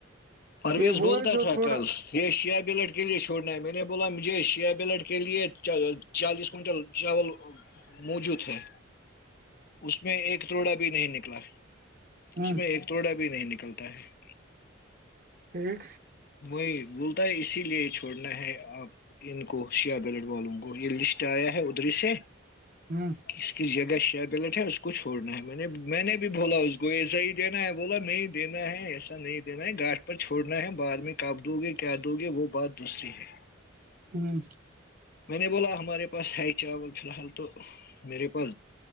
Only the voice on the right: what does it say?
یہ وہ
ہے جو
تھوڑا
ہ
ہوں
ہ
ہوں